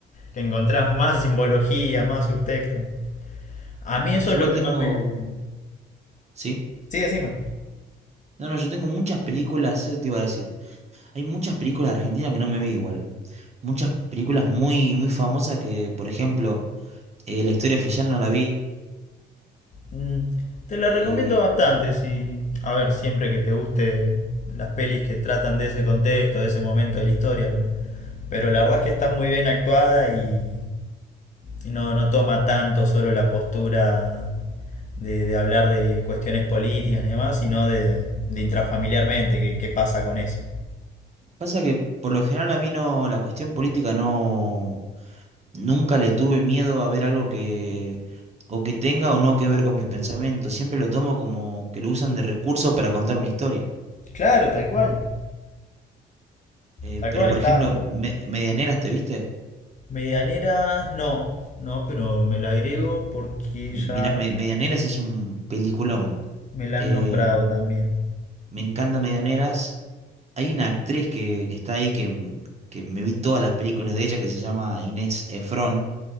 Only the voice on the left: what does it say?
que encontrás más simbología, más subtexto. A mí eso
es lo
que
más me...
Sí, decime.
Mm, te la
recomiendo bastante, sí. A ver, siempre que te guste las pelis que tratan de ese contexto, de ese momento de la historia, pero... Pero la verdad es que está muy bien actuada y y no, no toma tanto solo la postura de, de hablar de cuestiones políticas y demás, sino de, de intrafamiliarmente, qué qué pasa con eso.
Claro, tal cual.
Tal
cual,
está.
Medianera, no, no, pero me la agrego porque
ya
me la
han nombrado también.